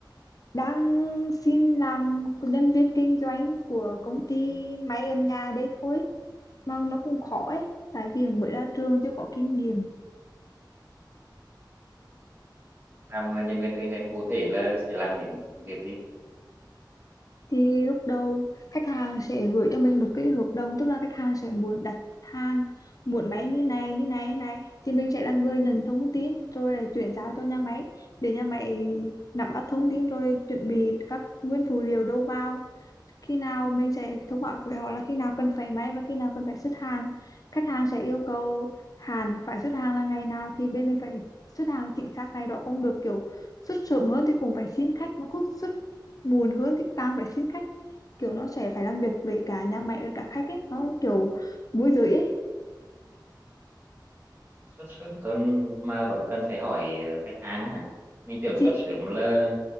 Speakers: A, on the left (about 50°); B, on the right (about 30°).
A: Đang xin làm nhân viên kinh doanh của công ty máy gần nhà đấy thôi. Mà nó cũng khó ấy, tại vì mới ra trường chưa có kinh nghiệm.
B: Làm nhân viên kinh doanh cụ thể là sẽ làm những việc gì?
A: thì lúc đầu khách hàng sẽ gửi cho mình một cái hợp đồng tức là khách hàng sẽ muốn đặt hàng muốn máy như này như này như này thì mình sẽ là người nhận thông tin rồi là chuyển giao cho nhà máy để nhà máy nắm bắt thông tin rồi chuẩn bị các nguyên phụ liệu đầu vào khi nào mình sẽ thông báo với họ là khi nào cần phải máy và khi nào cần phải xuất hàng khách hàng sẽ yêu cầu hàng phải xuất hàng là ngày nào thì bên mình phải xuất hàng chính xác ngày đó cũng được kiểu xuất sớm hơn thì cũng phải xin khách mà cứ xuất muộn hơn thì càng phải xin khách kiểu nó sẽ phải làm việc với cả nhà máy và cả khách ấy nó kiểu môi giới ấy
B: xuất sớm hơn mà vẫn cần phải hỏi ờ, khách hàng á hả mình tưởng
A: thì
B: xuất sớm là